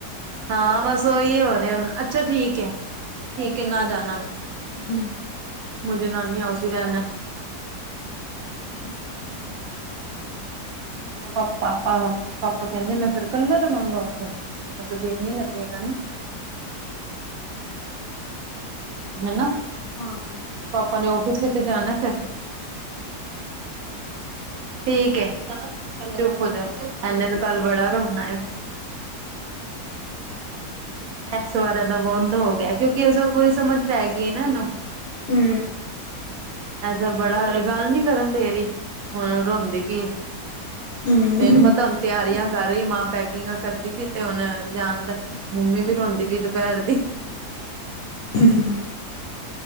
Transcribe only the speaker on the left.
ਹੂੰ।
ਹੂੰ। <inaudible>
ਹਾਂ।
ਹੂੰ।
ਹੂੰ।
ਹੂੰ।